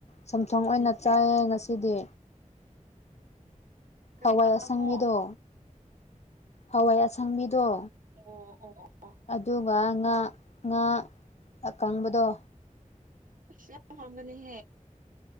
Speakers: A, on the left (about 55°); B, on the right (about 80°).
A: ꯁꯝꯊꯣꯡ ꯑꯣꯏꯅ ꯆꯥꯏꯌꯦ ꯉꯁꯤꯗꯤ
B: ꯀꯔꯤ
A: ꯍꯋꯥꯏ
B: ꯆꯥꯊꯣꯡ
A: ꯑꯁꯪꯕꯤꯗꯣ ꯍꯋꯥꯏ ꯑꯁꯪ ꯃꯤꯗꯣ
B: ꯑꯣ ꯑꯣ ꯑꯣ ꯑꯣ
A: ꯑꯗꯨꯒ ꯉꯥ ꯉꯥ ꯑꯀꯪꯕꯗꯣ
B: ꯐꯒꯅꯤ ꯍꯥꯎꯔꯝꯒꯅꯤꯍꯦ